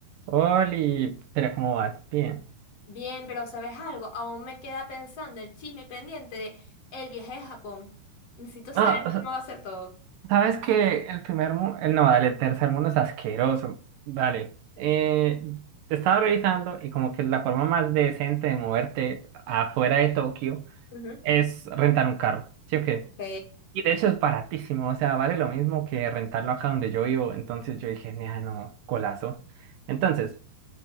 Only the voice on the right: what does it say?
Oli, pero ¿cómo vas? Bien.
Ah, sa-
sabes que el primer mundo, no, dale, el tercer mundo es asqueroso. Vale. Eh, te estaba revisando y como que la forma más decente de moverte afuera de Tokio
es rentar un carro, ¿sí o qué?
Y de hecho es baratísimo, o sea, vale lo mismo que rentarlo acá donde yo vivo. Entonces yo dije, "Nea, no, colazo. Entonces,